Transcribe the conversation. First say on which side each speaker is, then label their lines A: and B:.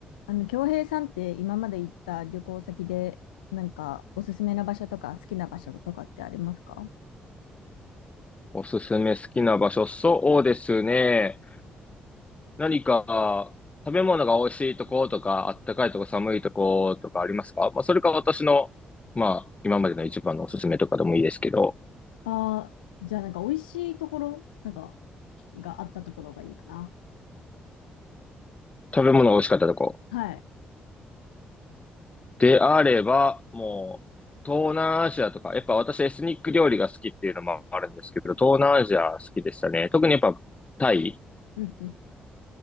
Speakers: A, on the left; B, on the left.
A: あの、京平さんって今まで行った旅行先で、なんかおすすめな場所とか好きな場所とかってありますか
B: おすすめ好きな場所、そうですね。何か食べ物が美味しいとことか、あったかいとこ、寒いとことかありますかまあ、それか私の、まあ、今までの一番のおすすめとかでもいいですけど、
A: ああー、じゃあなんか美味しいところ、なんかがあったところがいいかな。
B: 食べ物が美味しかったとこ。
A: はい。
B: であれば、もう、東南アジアとか、やっぱ私エスニック料理が好きっていうのもあるんですけど、東南アジア好きでしたね。特にやっぱタイ、
A: うんうん。